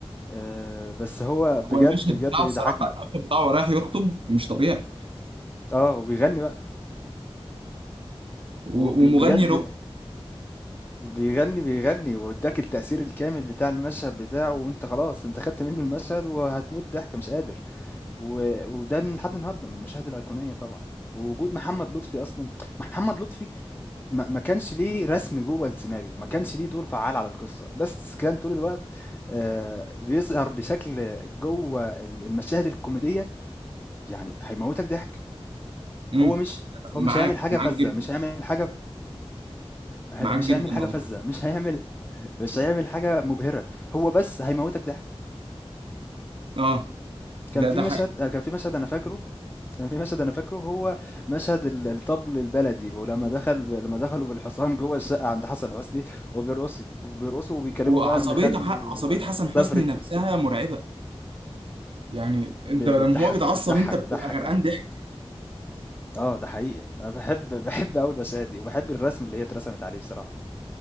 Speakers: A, on the left; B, on the right.
A: آآ بس هو بجد،
B: هو المشهد
A: بجد
B: بتاعه
A: بيضحّكني.
B: الصراحه المشهد بتاعه رايح يخطب مش طبيعي
A: آه، وبيغنّي بقى،
B: و-
A: وب
B: ومغني
A: بجد
B: روك
A: وبيغنّي، بيغنّي وادّاك التأثير الكامل بتاع المشهد بتاعه وأنت خلاص، أنت خدت منّه المشهد وهتموت ضحك مش قادر، و وده من لحد النهارده من المشاهد الأيقونية طبعًا، ووجود محمد لطفي أصلًا محمد لطفي ما ما كانش ليه رسم جوّه السيناريو، ما كانش ليه دور فعّال على القصة، بس كان طول الوقت آآ بيظهر بشكل جوّه ال المشاهد الكوميدية، يعني هيموّتك ضحك،
B: امم
A: هو مش هو
B: معاك
A: مش هيعمل حاجة
B: معاك
A: فَذّة،
B: جدا
A: مش هيعمل حاجة ه
B: معاك
A: مش
B: جدا
A: هيعمل حاجة
B: والله
A: فَذّة، مش هيعمل <laughs> مش هيعمل حاجة مُبهرة، هو بس هيموّتك ضحك.
B: اه
A: كان
B: ده
A: في
B: ده
A: مشهد
B: حقيقي
A: كان في مشهد أنا فاكره كان في مشهد انا فاكره هو مشهد ال- الطبل البلدي ولما دخل ب... لما دخلوا بالحصان جوه الشقه عند حسن حسني وبيرقصي وبيرقصوا وبيكلموا
B: وعصبيه
A: بقى ان خالته
B: ح- عصبيه
A: آه،
B: حسن
A: سافرت
B: حسني نفسها مرعبه يعني انت
A: ب... بتضحك
B: لما هو بيتعصب
A: بتضحك
B: انت بتبقى
A: بتضحك
B: غرقان
A: يعني
B: ضحك
A: اه ده حقيقي انا بحب بحب قوي المشاهد دي وبحب الرسم اللي هي اترسمت عليه بصراحه